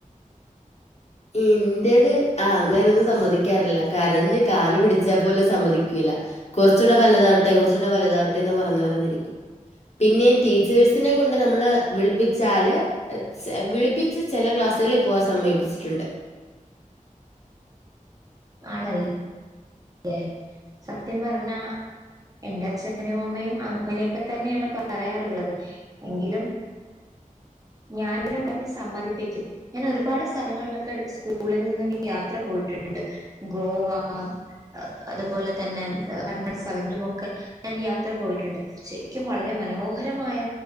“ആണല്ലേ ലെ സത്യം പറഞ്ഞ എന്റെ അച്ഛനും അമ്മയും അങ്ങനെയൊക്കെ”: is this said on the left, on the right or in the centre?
Right